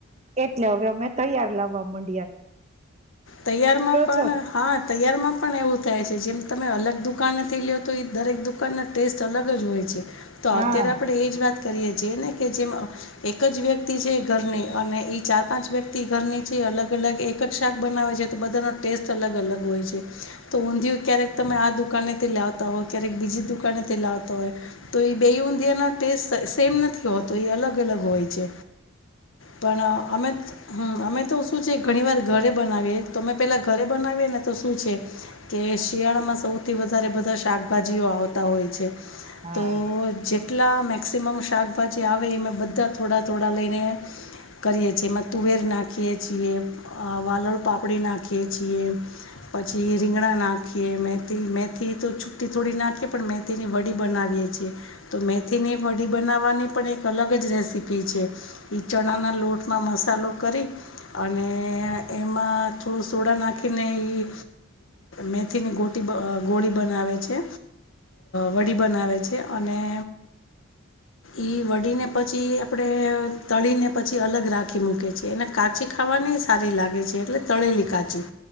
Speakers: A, on the right; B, on the left.
A: એટલે હવે અમે તૈયાર લાવવા મન
B: તૈયારમાં પણ
A: છો
B: હા તૈયારમાં પણ એવું થાય છે જેમ તમે અલગ દુકાનેથી લો તો એ દરેક દુકાનના ટેસ્ટ અલગ જ હોય છે. તો
A: હા
B: અત્યારે આપડે એજ વાત કરીએ જે ને કે જેમ એક જ વ્યક્તિ છે. ઘરની અને ઈ ચાર પાંચ વ્યક્તિ ઘર ની છે અલગ. અલગ એક જ શાક બનાવે છે તો બધાનો ટેસ્ટ અલગ અલગ હોય છે તો ઊંધિયું ક્યારેક તમે આદુ. કને તે લાવતા હોય ક્યારેક બીજી દુકાને થી લાવતા હોય તો એ બે ઊંધિયા ટેસ્ટ સેમ ન થી હોતો એ અલગ અલગ હોય છે.
A: <inaudible>
B: પણ અમે હમ અમે તો શું છે ઘણી વાર ઘરે બનાવીએ તો અમે પેલા ઘરે બનાવીએ ને તો શું છે કે શિયાળામાં સૌ થી વધરે બધા શાકભાજી આવતા હોય છે
A: હા
B: તો ચે કેટલા મેક્સિમમ શાકભાજી આવે એમે બધા થોડા થોડા લઈને. કરીએ છીએ એમાં તુવેર નાખીએ છીએ. છી વાલળ પાપડી નાખીએ છીએ પછી. રીંગણા નાખીએ મેથી મેથી તો છુ્ટી થોડી નાખીએ પણ મેથીની વડી બનાવીએ છીએ. તો મેથીની વડી બનાવવાની. પણ એક અલગ જ રેસીપી છે એ ચણાના લોટમાં મસાલો કરી. અને એમાં થોડું સોડા નાખીને એ મેથીની ગોટી. ગોળી બનાવે છે વડી બનાવે છે અને.
A: <inaudible>
B: ઈ વડીીને પછી આપણેે તળી ને પછી અલગ રાખી મૂકે છે એને કા. કાચી ખાવાની સારી લાગે છે એટલે તળેલી કાચી.